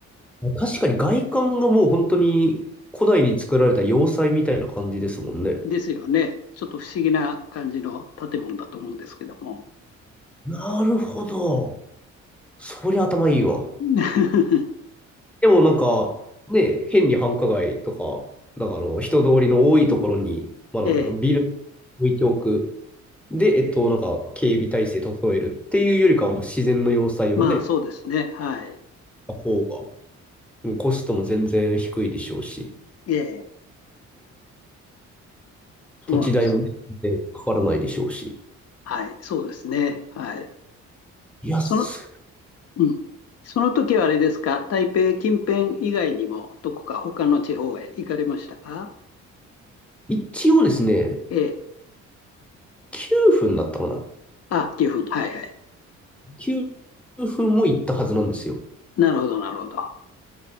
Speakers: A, in the centre; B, on the left (about 55°).
A: う。確かに外観がもう本当に古代に作られた要塞みたいな感じですもんね。
B: ですよね。ちょっと不思議な感じの建物だと思うんですけども。
A: なるほど。そりゃ頭いいわ。
B: <laughs>
A: でもなんか、ね、変に繁華街とか、なんかあの、人通りの多いところに、まあなんだろう、
B: ええ、
A: ビル置いておく。で、えっと、なんか、警備体制整えるっていうよりかは、もう自然の要塞をね、
B: まあそうですね。はい。
A: た方が、うんコストも全然低いでしょうし、
B: ええ。そうなんです。
A: 土地代もね、全然かからないでしょうし。
B: はい、そうですね。はい。
A: いや、
B: その、
A: す
B: うん。その時はあれですか、台北近辺以外にも、どこか他の地方へ行かれましたか
A: 一応ですね、
B: ええ。
A: 9分だったかな。
B: あ、岐阜。はいはい。
A: 9分も行ったはずなんですよ。
B: なるほど、なるほど。